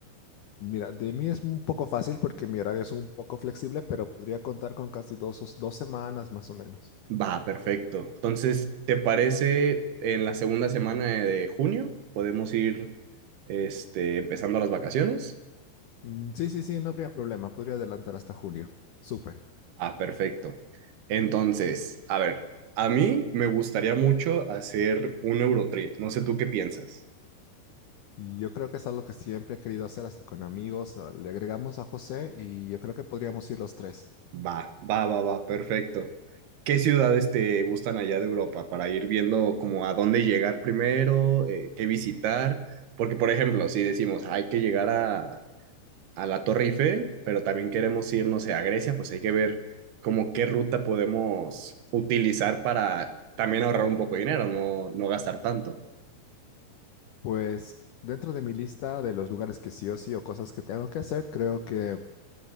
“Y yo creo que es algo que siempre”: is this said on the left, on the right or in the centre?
Left